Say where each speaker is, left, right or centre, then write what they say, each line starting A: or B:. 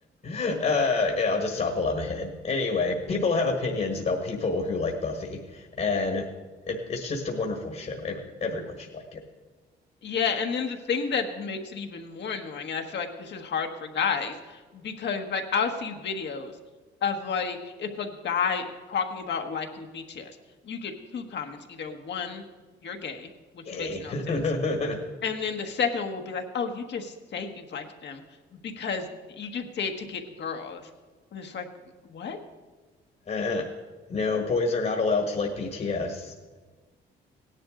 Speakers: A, on the left; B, on the left.
A: yeah, I'll just stop while I'm ahead. Anyway, people have opinions about people who like Buffy, and it, it's just a wonderful show. Every, everyone should like it.
B: Yeah, and then the thing that makes it even more annoying, and I feel like this is hard for guys, because like I'll see videos of like if a guy talking about liking BTS, you get two comments, either one, you're gay, which
A: Yay.
B: makes no
A: <laughs>
B: sense, and then the second will be like, oh, you just say you like them because you just say it to get girls. And it's like, what?
A: Uh, no, boys are not allowed to like BTS.